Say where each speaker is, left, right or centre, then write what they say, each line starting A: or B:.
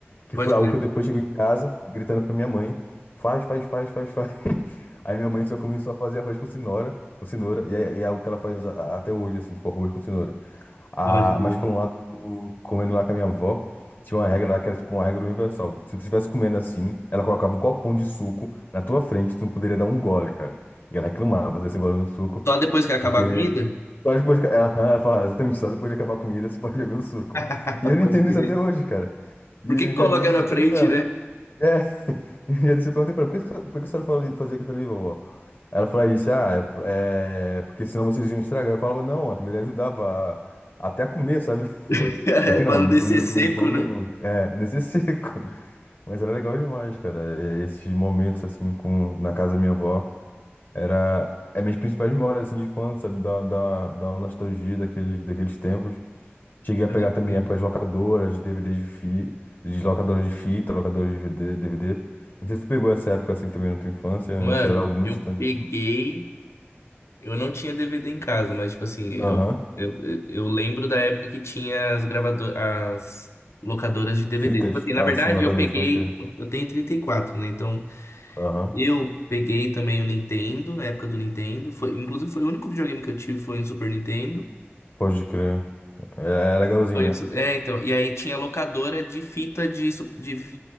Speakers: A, on the left; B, on the left.
A: Que
B: pode
A: foi algo
B: crer,
A: que eu depois cheguei em casa, gritando pra minha mãe, faz, faz, faz, faz, faz. <laughs> Aí minha mãe só começou a fazer arroz com cenoura, com cenoura, e é, e é algo que ela faz a- a- até hoje, assim, tipo, arroz com cenoura. Ah,
B: pode crer.
A: mas falando lá, do- comendo lá com a minha avó, tinha uma regra lá que era tipo uma regra universal. Se tu estivesse comendo assim, ela colocava um copão de suco na tua frente, tu não poderia dar um gole, cara. E ela reclamava desse gole no suco,
B: Só depois que acabar
A: porque
B: a comida?
A: só depois de... Aham, Ela fala, exatamente, só depois de acabar a comida você pode beber o suco.
B: <laughs>
A: E eu não
B: Pode
A: entendo
B: crer.
A: isso até hoje, cara. E
B: Por
A: um
B: que que
A: dia
B: coloca
A: desse eu
B: na
A: até perguntei
B: frente,
A: pra ela.
B: né?
A: É, <laughs> e um dia desse eu perguntei pra ela, por que, que- por que que a senhora fala- fazia aquilo ali, vovó? Aí Ela falou isso, ah, é, pr- é porque senão vocês iam estragar. Eu falava, não, aquilo ali ajudava a- até a comer, sabe? <laughs>
B: <laughs>
A: Só que não,
B: Pra não
A: não
B: descer
A: podia
B: seco,
A: comer de forma
B: né?
A: nenhuma. É, nesse <laughs> seco. Mas era legal demais, cara, é, esses momentos assim com, na casa da minha avó. Era é minhas principais memórias assim de infância, sabe? Da, da, da nostalgia daqueles, daqueles tempos. Cheguei a
B: Pode
A: pegar também
B: crer.
A: épocas de locadoras, de DVDs de fi, de locadora de fita, locadora de VD DVD. Não sei se tu pegou essa época assim também na tua infância,
B: Mano,
A: ou se era algo muito
B: eu
A: distante.
B: peguei. Eu não tinha DVD em casa, mas, tipo assim, eu,
A: Aham.
B: eu, eu lembro da época que tinha as gravadoras, as locadoras de DVD.
A: Fitas.
B: Tipo assim, na
A: Ah,
B: verdade,
A: sim, locadoras,
B: eu peguei.
A: pode crer.
B: Eu tenho 34, né? Então,
A: Aham.
B: eu peguei também o Nintendo, a época do Nintendo. Foi, inclusive, foi o único videogame que eu tive foi um Super Nintendo.
A: Pode crer. É, é legalzinho,
B: Foi
A: né?
B: isso. É, então. E aí tinha locadora de fita de, su- de,